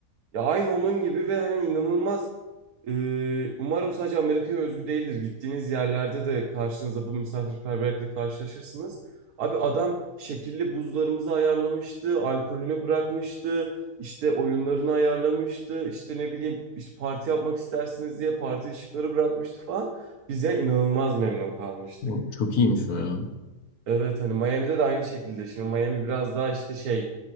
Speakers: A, on the right; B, on the left.
A: Ya aynı onun gibi ve hani inanılmaz ee, umarım sadece Amerika'ya özgü değildir. Gittiğiniz yerlerde de karşınıza bu misafirperverlikle karşılaşırsınız. Abi adam şekilli buzlarımızı ayarlamıştı, alkolünü bırakmıştı, işte oyunlarını ayarlamıştı, işte ne bileyim işte parti yapmak istersiniz diye parti ışıkları bırakmıştı falan. Bize inanılmaz memnun kalmıştık.
B: O Çok iyiymiş o ya.
A: Evet hani Miami'de de aynı şekilde. Şimdi Miami biraz daha işte şey